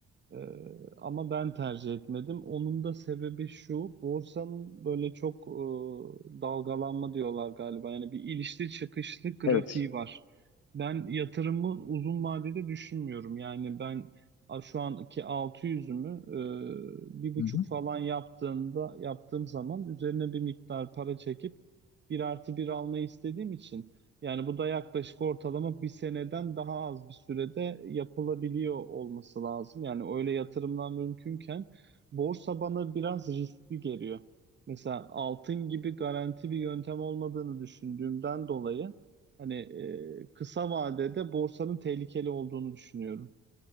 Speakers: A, on the right; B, on the left.
A: E, ama ben tercih etmedim. Onun da sebebi şu, borsanın böyle çok e, dalgalanma diyorlar galiba. Yani bir ilişli çıkışlı grafiği
B: Evet.
A: var. Ben yatırımı uzun vadede düşünmüyorum. Yani ben a- şu anki 600'ümü e, bir buçuk
B: Hı hı.
A: falan yaptığında yaptığım zaman üzerine bir miktar para çekip bir artı bir almayı istediğim için. Yani bu da yaklaşık ortalama bir seneden daha az bir sürede yapılabiliyor olması lazım. Yani öyle yatırımlar mümkünken borsa bana biraz riskli geliyor. Mesela altın gibi garanti bir yöntem olmadığını düşündüğümden dolayı hani e, kısa vadede borsanın tehlikeli olduğunu düşünüyorum.